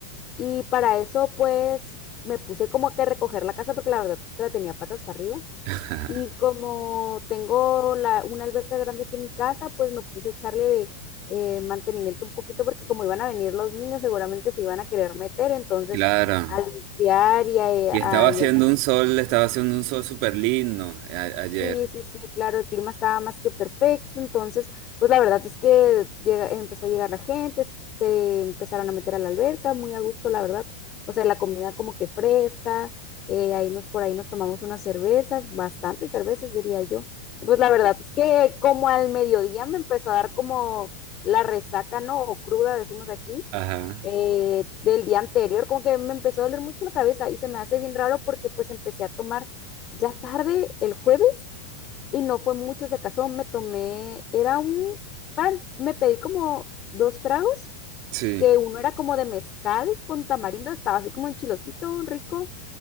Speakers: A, on the left (about 30°); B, on the right (about 45°).
A: y para eso pues me puse como que a recoger la casa porque la verdad es que la tenía patas para arriba
B: <laughs>
A: y como tengo la, una alberca grande aquí en mi casa, pues me puse a echarle eh, mantenimiento un poquito porque como iban a venir los niños seguramente se iban a querer meter, entonces
B: Claro.
A: a limpiar y a,
B: Y estaba
A: a,
B: haciendo
A: y a
B: un sol, estaba haciendo un sol súper lindo eh, a- ayer.
A: Sí, sí, sí, claro, el clima estaba más que perfecto, entonces, pues la verdad es que llega- empezó a llegar la gente, se empezaron a meter a la alberca, muy a gusto, la verdad, o sea, la comida como que fresca, eh, ahí nos, por ahí nos tomamos unas cervezas, bastantes cervezas, diría yo, y pues la verdad es que como al mediodía me empezó a dar como la resaca, ¿no? O cruda, decimos aquí,
B: Ajá.
A: eh, del día anterior, como que me empezó a doler mucho la cabeza y se me hace bien raro porque pues empecé a tomar ya tarde el jueves y no fue mucho, si acaso me tomé, era un, para- me pedí como dos tragos,
B: Sí.
A: que uno era como de mezcal con tamarindo, estaba así como enchilosito, rico,